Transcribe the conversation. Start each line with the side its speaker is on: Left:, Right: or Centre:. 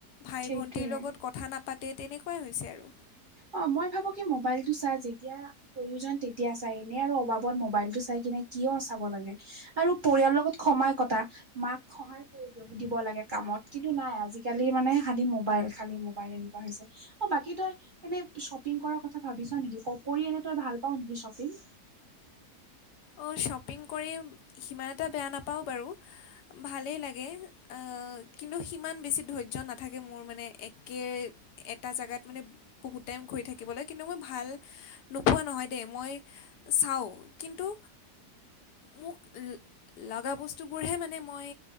Left: ভাই
Right: সেইটোয়ে
Left: ভণ্টীৰ লগত কথা নাপাতে তেনেকুৱাই হৈছে আৰু।
Right: অ' মই ভাবোঁ কি মোবাইলটো চা যেতিয়া প্ৰয়োজন তেতিয়া চাইনে আৰু অবাবত মোবাইলটো চাই কিনে কিয় চাব লাগে। আৰু পৰিয়ালৰ লগত সময় কটা মাক সহায় কৰি দ দিব লাগে। কামত কিন্তু নাই আজিকালি মানে সি মোবাইল খালী মোবাইল এনেকুৱা হৈছে অ বাকী তই এনে শ্বপিং কৰাৰ কথা ভাবিছ নেকি ক কৰি এনে তই ভাল পাও নেকি শ্বপিং
Left: অ', শ্বপিং কৰি সিমান এটা বেয়া নাপাওঁ বাৰু ভালেই লাগে কিন্তু সিমান বেছি ধৈৰ্য নাথাকে। মোৰ মানে একে এটা জেগাত মানে বহুত টাইম ঘূৰি থাকিবলৈ কিন্তু মই ভাল নোপোৱা নহয় দেই মই চাওঁ কিন্ত তো মোক লগা বস্তুবোৰহে মানে মই